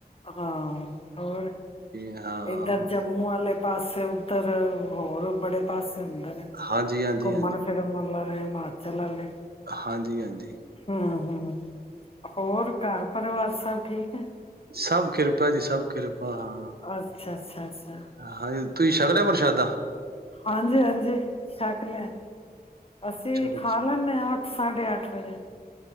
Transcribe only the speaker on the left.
ਹਾਂ ਹੋਰ
ਇੱਧਰ ਜੰਮੂ ਵਾਲੇ ਪਾਸੇ ਉੱਧਰ ਹੋਰ ਬੜੇ ਪਾਸੇ ਹੁੰਦੇ ਨੇ
ਘੁੰਮਣ ਫਿਰਨ ਮਤ ਲ ਹਿਮਾਚਲੱਲ
ਹਮ ਹਮ ਹੋਰ ਘਰ ਪਰਿਵਾਰ ਸਭ ਠੀਕ ਹੈ
ਅੱਛਾ-ਅੱਛਾ-ਅੱਛਾ
ਹਾਂਜੀ ਹਾਂਜੀ ਸ਼ਕ ਲੈਣ ਅਸੀਂ
ਖਾ ਲੈਂਦੇ ਹਾਂ ਅੱਠ ਸਾਢੇ ਅੱਠ ਵਜੇ